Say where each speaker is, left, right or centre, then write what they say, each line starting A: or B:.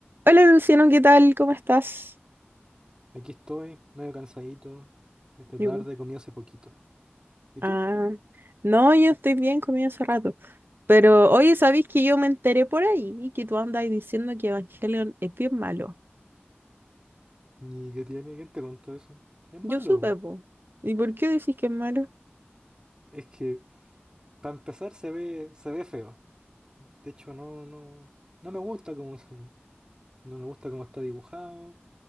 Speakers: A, on the right; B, on the right.
A: Hola Luciano, ¿qué tal? ¿Cómo estás?
B: Aquí estoy, medio cansadito. Esta
A: Yo,
B: tarde comí hace poquito. ¿Y
A: ah,
B: tú?
A: no, yo estoy bien, comí hace rato. Pero oye, ¿sabéis que yo me enteré por ahí que tú andas diciendo que Evangelion es bien malo?
B: ¿Y qué tiene? ¿Quién te contó eso? Es malo,
A: Yo supe,
B: po.
A: po. ¿Y por qué decís que es malo?
B: Es que, para empezar, se ve, se ve feo. De hecho, no, no, no me gusta cómo se ve. No me gusta cómo está dibujado.